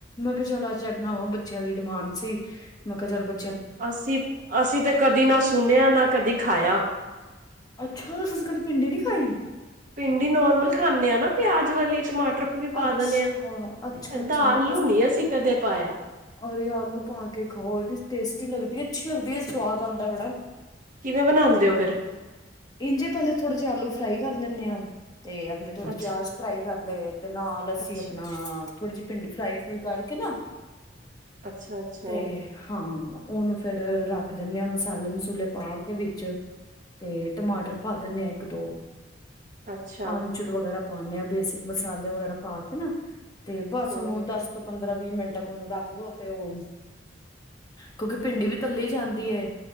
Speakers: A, on the left; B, on the right.
A: ਮੈਂ ਕਿਹਾ ਚਲ ਅੱਜ ਇਹ ਬਣਾਵਾਂ ਬੱਚਿਆਂ ਦੀ ਡਿਮਾਂਡ ਸੀ ਮੈਂ ਕਿਹਾ ਚਲ ਬ
B: ਅਸੀਂ ਅਸੀਂ ਤੇ ਕਦੀ ਨਾ ਸੁਣਿਆ ਨਾ ਕਦੀ ਖਾਇਆ-
A: ਹੋ ਤੁਸੀਂ ਕਦੀ ਭਿੰਡੀ ਨੀ ਖਾਈ?
B: ਭਿੰਡੀ ਨੋਰਮਲ ਖਾਂਦੇ ਆ ਨਾ, ਪਿਆਜ ਵਾਲੀ ਟਮਾਟਰ ਵੀ ਪਾ
A: ਅੱਛਾ
B: ਦੇਨੇ ਆ
A: ਅੱਛਾ
B: ਏਂਂਦਾ
A: ਅੱਛਾ
B: ਆਲੂ ਨੀ ਅਸੀਂ ਕਦੇ ਪਾਇਆ।
A: ਅਰੇ ਆਲੂ ਪਾ ਕੇ ਖਾਓ, ਟੇਸਟੀ ਲਗਦੀ ਏ ਅੱਛੀ ਲੱਗਦੀ ਏ ਸਵਾਦ ਆਉਂਦਾ ਬੜਾ।
B: ਕਿਵੇਂ ਬਣਾਉਂਦੇ ਹੋ ਫਿਰ?
A: ਇੰਝੇ ਪਹਿਲੇ ਥੋੜੇ ਜਿਹੇ ਆਲੂ ਫਰਾਈ ਕਰ ਲੈਨੇ ਆਂ ਤੇ ਆਪਣੇ ਥੋੜੇ
B: ਅੱਛਾ
A: ਪਿਆਜ ਫਰਾਈ ਕਰ ਲਏ। ਤੇ ਨਾਲ ਅੱਸੀਂ
B: ਅੱਛਾ
A: ਆਪਣਾ ਥੋੜ੍ਹੀ ਜਿਹੀ ਭਿੰਡੀ ਫਰਾਈ ਫਰੂਈ ਕਰਕੇ ਨਾ
B: ਅੱਛਾ -ਅੱਛਾ!
A: ਤੇ ਹਾਂ, ਉਹਨੂ ਫੇਰ ਰੱਖ ਦਿੰਨੇ ਆਂ, ਮਸਾਲੇ ਮਸੂਲੇ ਪਾ ਕੇ ਵਿੱਚ ਤੇ ਟਮਾਟਰ ਪਾ ਦਿੰਨੇ ਆਂ ਇੱਕ ਦੋ,
B: ਅੱਛਾ
A: ਅਮ੍ਹਚੂਰ ਵਗੈਰਾ ਪਾਉਂਦੇ ਆ, ਬੇਸਿਕ ਮਸਾਲੇ ਵਗੈਰਾ ਪਾ ਕੇ ਨਾ ਤੇ, ਬਸ
B: ਹਮ
A: ਉਹਨੂੰ ਦਸ ਤੋਂ ਪੰਦਰਾਂ ਵੀਹ ਮਿੰਟ ਤੱਕ ਉਹਨੂੰ ਰੱਖ ਤੇ ਉਹ, ਕਿਉਂਕਿ ਭਿੰਡੀ ਵੀ ਤੱਲੀ ਜਾਂਦੀਏ